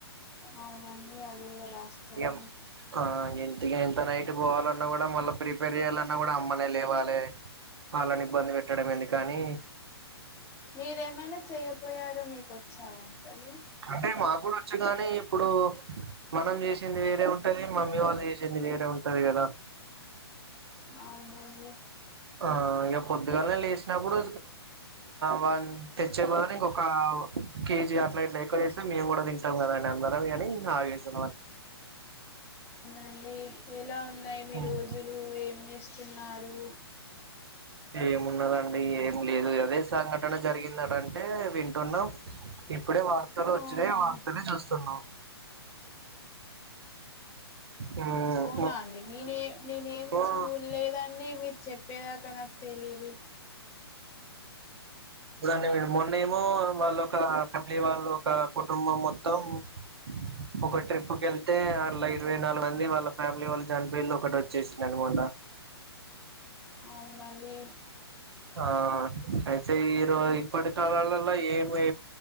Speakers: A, on the left; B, on the right.
A: అవునండి అది కూడా వాస్తవమే
B: ఇక ఆ ఇంత ఇంత నైట్ పోవాలన్నా కూడా మళ్ళీ ప్రిపేర్ చెయ్యాలన్నా కూడా అమ్మనే లేవాలే వాళ్ళని ఇబ్బంది పెట్టడం ఎందుకు అని
A: మీరేమైనా చేయపోయారో మీకు వచ్చా వంటలు
B: అంటే మా కూడా వచ్చు గానీ ఇప్పుడు మనం చేసింది వేరే ఉంటది మమ్మీ వాళ్ళు చేసింది వేరే ఉంటది కదా
A: అవునండి
B: ఆ ఇగా పొద్దుగాలే లేసినప్పుడు వాళ్లు తెచ్చేదాంట్లో ఇంకొక కేజీ అట్లా ఇట్లా ఎక్కువ చేస్తే మేము కూడా వస్తాం కాదా అని అందు కోసమే ఆగేసి
A: అండి ఎలా ఉన్నాయి మీ
B: ఉమ్.
A: రోజులు ఏం చేస్తున్నారు
B: ఏమున్నదండి ఏం లేదు ఏదే సంఘటన జరిగిందటంటే వింటున్నాం ఇప్పుడే వార్తలు వచ్చినాయి
A: అవునా
B: ఆ వార్తలే చూస్తున్నాం ఉమ్,
A: అవునా అండి నేనే నేనేం
B: మొన్ననేమో
A: చూలేదండి మీరు చెప్పేదాకా నాకు తెలీదు
B: ఇప్పుడు మొన్న ఏమో వాళ్ళొ ఒక ఫ్యామిలీ వాళ్ళ ఒక కుటుంబం మొత్తం ఉ హు ఒక ట్రిప్ కి వెళ్తే అల్లా ఇరవై నాలుగు మంది వాళ్ళ ఫ్యామిలీ వాళ్ళ చనిపోతే ఒకటి వచ్చేసింది అండి మొన్న
A: అవునండి
B: ఆ అయితే ఈరోజ ఇప్పటి కాలాలలో ఏమి